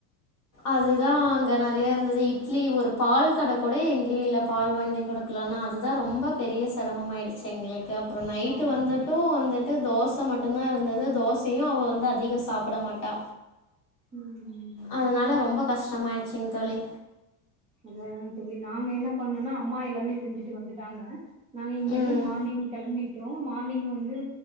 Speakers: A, on the left; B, on the right.
A: அதுதா அங்க நேறைய இருந்தது இட்லி ஒரு பால் கடை கூட எங்கயு இல்ல பால் வாங்கி கொடுக்கலாம்னா அது ான் ரொம்ப பெரிய சிரமம ஆயிடுச்சு எங்களுக்கு அப்புறோ நைட்டு
B: ஆமா
A: வந்துட்டு வந்துட்டு தோசை மட்டும்தா இருந்தது தோசையு அவ வந்து அதிகமா சாப்ட மாட்டா
B: ம்
A: அதுனால ரொம்ப கஷ்டமாயடுச்சுங்க தோழி
B: அதானலதா தோழி நாங்க என்ன பண்ணோனா அம்மா எல்லாமே செஞ்சுட்டு வந்துட்டாங்க நா இங்க இருந்து
A: ம்.
B: மார்னிங் கிளம்பி ம் மார்னிங் வந்து